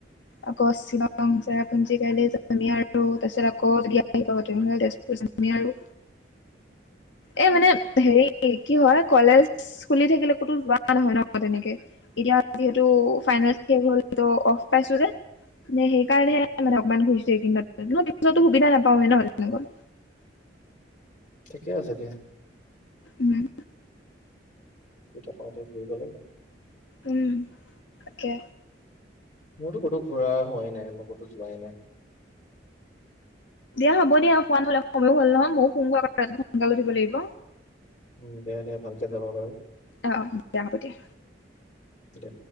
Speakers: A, on the left (about 85°); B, on the left (about 45°).
A: আকৌ চিমাং চেৰাপুঞ্জী কাইলে যমি আৰু তাৰপিছত আকৌ বিয়া- আহি পাব তেনেহ'লে তেজপুৰ যামেই আৰু। এ মানে হেৰি কি হয় কলেজ খুলি থাকিলে ক'তো যোৱা নহয় ন তেনেকে। এতিয়া যিহেতু ফাইনেল শেষ হল ত অফ পাইছো যে। নে সেইকাৰণেহে মানে অকমান ঘুৰিছো এইকেইদিনত, কিন্তু সুবিধা নাপাওঁৱে ন তেনেকুৱা।
B: ঠিকে আছে দিয়া।
A: উম'।
B: দুইটা পাওঁতে ঘুৰিব লাগে।
A: উম' তাকে।
B: মোৰতো ক'তো ঘূৰা হোৱাই নাই, মই ক'তো যোৱাই নাই।
A: দিয়া হ'ব দিয়া শুৱা নহলে সময়ো হ'ল নহয় ময়ো শুমগৈ ৰাতিপুৱা সোনকালে উঠিব লাগিব।
B: উম' দে দে ভালকে যাবা বাৰু।
A: অঁ অঁ দিয়া হ'ব দিয়া।
B: দে।